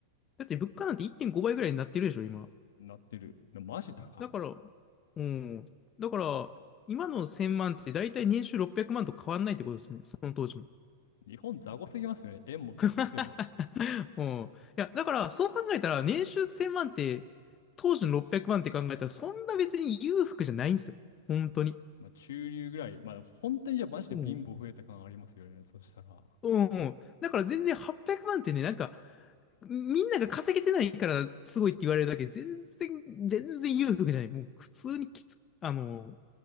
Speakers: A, on the left; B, on the left.
A: だって物価なんて1.5倍ぐらいになってるでしょ、今。
B: なってる。でもマジ高い。
A: だから、うん。だから、今の1000万って大体年収600万と変わんないってことですよね、その当時の。
B: 日本雑魚すぎますよね。円もそうですけど。
A: <laughs> うん。いや、だから、そう考えたら、年収1000万って、当時の600万って考えたら、そんな別に裕福じゃないんですよ。本当に。
B: <laughs> まあ、中流ぐらい。まあ、本当にじゃあマジで貧乏増えた感ありますよね。
A: うん。
B: そしたら。
A: うん、うん。だから全然800万ってね、なんか、みんなが稼げてないからすごいって言われるだけ、全然、全然裕福じゃない。もう普通にきつ、あの、